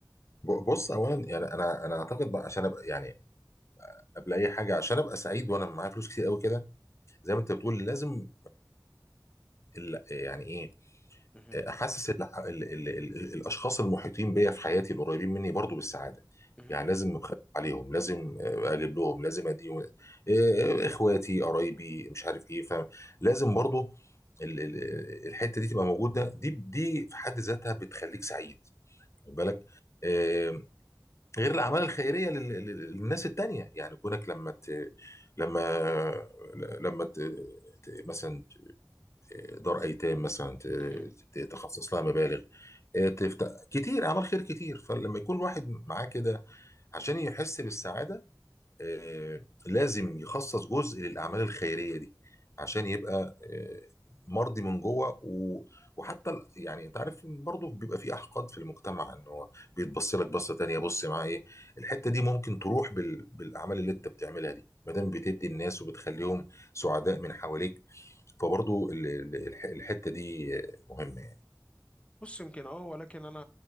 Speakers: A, on the left (about 40°); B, on the left (about 15°).
A: ب- بص اولا يعني انا انا اعتقد بقى عشان ابقى يعني قبل اي حاجه عشان ابقى سعيد وانا معايا فلوس كتير قوي كده زي ما انت بتقول لازم ال- يعني ايه
B: مهم.
A: حاسس ان ح- ال ال ال الاشخاص المحيطين بيا في حياتي القريبين مني برضو بالسعاده
B: مهم.
A: يعني لازم اخاف عليهم لازم آه، اجيب لهم لازم اديهم آه، اخواتي قرايبي مش عارف ايه فلازم برضو ال- ال- الحته دي تبقى موجوده دي دي في حد ذاتها بتخليك سعيد خد بالك آه، غير الاعمال الخيريه لل- لل- للناس التانيه يعني كونك لما ت... لما لما ت... ت- مثلا دار ايتام مثلا ت-
B: مهم.
A: ت- تخصص لها مبالغ آه، تفتح كتير اعمال خير كتير فلما يكون واحد معاه كده عشان يحس بالسعاده آه، لازم يخصص جزء للأعمال الخيرية دي عشان يبقى آه، مرضي من جوه و... وحتى ال- يعني انت عارف إن برضه بيبقى في احقاد في المجتمع ان هو بيتبص لك بصه تانية بص معاه ايه الحته دي ممكن تروح بال... بالاعمال اللي انت بتعملها دي ما دام بتدي الناس وبتخليهم سعداء من حواليك فبرضه ال... ال- الح- الحته دي آه، مهمه يعني
B: بص يمكن اه ولكن انا